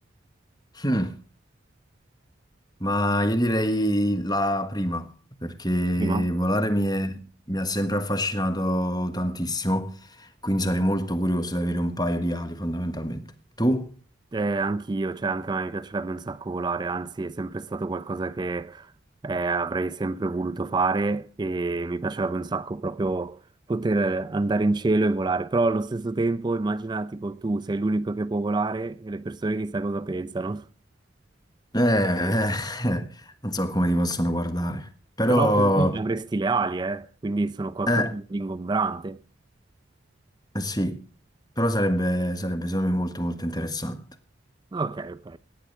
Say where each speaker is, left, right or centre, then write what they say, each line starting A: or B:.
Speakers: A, on the left (about 20°); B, on the right (about 20°).
A: Hmm, Ma io direi la prima, perché
B: Prima?
A: volare mi, è- mi ha sempre affascinato tantissimo, quindi sarei molto curioso di avere un paio di ali, fondamentalmente. Tu?
B: Eh, anch'io, cioè anche a me piacerebbe un sacco volare, anzi è sempre stato qualcosa che eh, avrei sempre voluto fare e mi piacerebbe un sacco proprio poter andare in cielo e volare, però allo stesso tempo immagina tipo tu sei l'unico che può volare e le persone chissà cosa pensano.
A: Eh, eh, <laughs> eh, non so come ti possono guardare, però,
B: Però tu avresti le ali, eh? Quindi sono qualcosa
A: eh,
B: di ingombrante.
A: eh sì, però sarebbe, sarebbe secondo me molto, molto interessante.
B: Ok, ok.